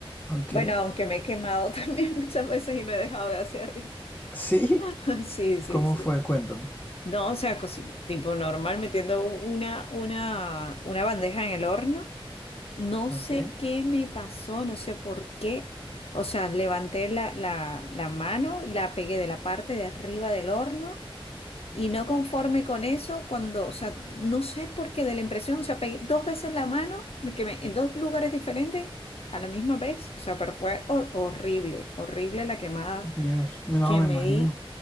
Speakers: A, on the left; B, on the left.
A: aunque.
B: bueno, aunque
A: <laughs>
B: me he quemado <laughs> también muchas veces y no he dejado de hacerlo.
A: Sí,
B: <laughs> Sí, sí,
A: ¿cómo
B: sí.
A: fue? Cuéntame.
B: No, o sea, cosi- tipo normal, metiendo una, una, una bandeja en el horno. No
A: Ok,
B: sé qué me pasó, no sé por qué. O sea, levanté la, la, la mano, la pegué de la parte de arriba del horno y no conforme con eso, cuando, o sea, no sé por qué de la impresión, o sea, pegué dos veces la mano, me quemé en dos lugares diferentes a la misma vez. O sea, pero fue hor- horrible, horrible la quemada
A: Dios, no
B: que
A: me
B: me
A: imagino.
B: di.